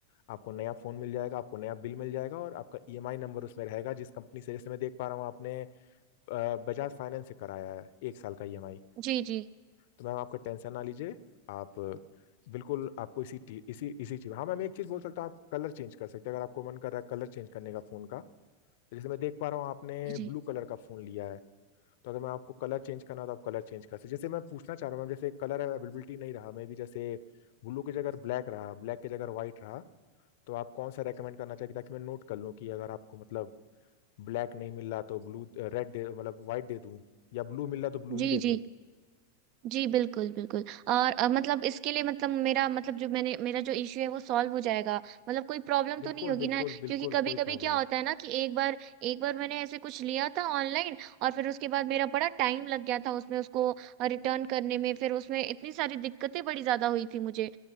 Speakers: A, on the left (about 50°); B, on the right (about 40°).
A: आपको नया फ़ोन मिल जाएगा आपको नया बिल मिल जाएगा और आपका ईएमआई नंबर उसमें रहेगा जिस कंपनी से जैसे मैं देख पा रहा हूँ आपने अ, बजाज फाइनेंस से कराया है एक साल का ईएमआई
B: जी जी
A: तो मैम आपको टेंशन ना लीजिए आप बिल्कुल आपको इसी टी- इसी इसी चीज हाँ मैम एक चीज बोल सकता हूँ आप कलर चेंज कर सकते हैं अगर आपको मन कर रहा है कलर चेंज करने का फोन का तो जैसे मैं देख पा रहा हूँ आपने
B: जी जी
A: ब्लू कलर का फोन लिया है तो अगर मैं आपको कलर चेंज करना हो तो आप कलर चेंज कर सकते हैं। जैसे मैं पूछना चाह रहा हूँ मैम जैसे कलर अवेलेबिलिटी नहीं रहा मे भी जैसे ब्लू की जगह ब्लैक रहा ब्लैक की जगह व्हाइट रहा तो आप कौन सा रेकमेंड करना चाहिए ताकि मैं नोट कर लूँ कि अगर आपको मतलब ब्लैक नहीं मिल रहा तो ब्लू रेड दे मतलब व्हाइट दे दूँ या ब्लू मिल रहा तो ब्लू ही
B: जी
A: दे दूँ
B: जी जी बिल्कुल बिल्कुल और अ, मतलब इसके लिए मतलब मेरा मतलब जो मैंने मेरा जो इश्यू है वो सॉल्व हो जाएगा मतलब कोई प्रॉब्लम तो
A: बिल्कुल
B: नहीं होगी
A: बिल्कुल
B: ना
A: बिल्कुल
B: क्योंकि कभी
A: कोई
B: कभी
A: प्रॉब्लम
B: क्या
A: नहीं
B: होता है ना कि एक बार एक बार मैंने ऐसे कुछ लिया था ऑनलाइन और फिर उसके बाद मेरा बड़ा टाइम लग गया था उसमें उसको रिटर्न करने में फिर उसमें इतनी सारी दिक्कतें बड़ी ज्यादा हुई थी मुझे